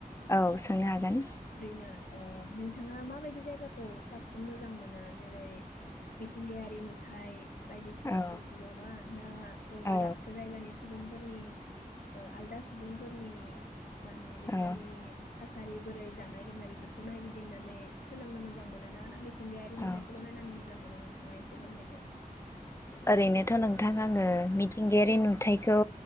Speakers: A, on the left; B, on the left.
A: औ सोंनो हागोन
B: नो ओ नोंथाङा माबायदि जायगाखौ साबसिन मोजां मोनो जेरै मिथिंगायारि नुथाइ? बायदिसिनाफोरखौल'
A: औ
B: ना ना बबेबा
A: औ
B: दाबसे जायगानि सुबुंफोरनि आलदा सुबुंफोरनि माने बिसोरनि
A: औ
B: थासारि बोरै जा नाय लोंनाय बेफोरखौ नाय गिदिंनानै सोलोंनो मोजां मोना ना थिंगायारि
A: औ
B: नुथायखौल' नायनानै मो मोजां मोनो नोंथाङा एसे फोरमायदो
A: ओरैनोथ' नोंथां आङो मिथिंगायारि नुथायखौ